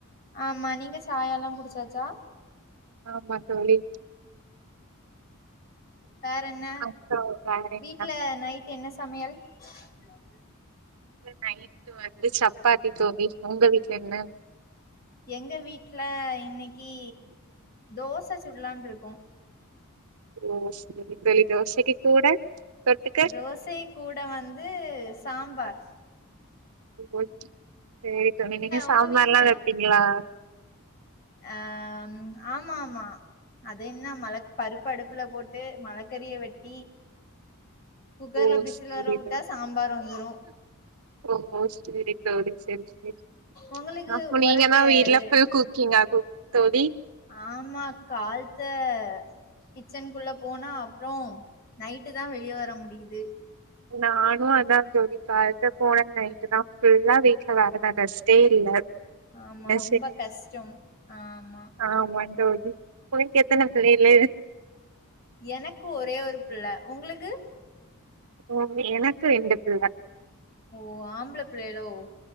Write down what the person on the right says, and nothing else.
ஆமா தோழி
அப்றோ வேற என்ன
இங்க நைட்டு வந்து சப்பாத்தி தோழி உங்க வீட்ல என்ன
ஓ சேரி தோழி தோசைக்கி கூட தொட்டுக்க
ஓகே சேரி தோழி நீங்க சாம்பார்
ல்லா வப்பீங்களா
ஓ
சேரி
தோழி
ஓ சேரி தோழி சேரி சேரி
அப்ப
நீங்க தா வீட்ல
ஃபுல் குக்கிங்கா கு தோழி
நானு அதா ஜோதி கால்த்த போனே நைட்டு தா ஃபுல்லா வெ கதாகுதா ரெஷ்டே இல்ல
என்ன
ஆமாஞ் ஜோதி உயக்கு எத்தன பிள்ளேளு
ஓ எனக்கு ரெண்டு பிள்ள